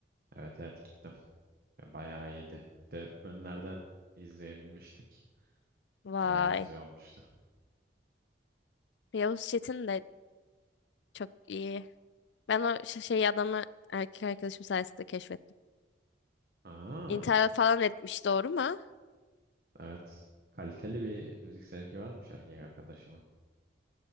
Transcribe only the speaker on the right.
Evet evet gittim. Ve Bayağı iyiydi. Bir de önlerden izleyebilmiştik.
Bayağı güzel olmuştu.
Aa,
evet. Kaliteli bir müzik zevki varmış erkek arkadaşının.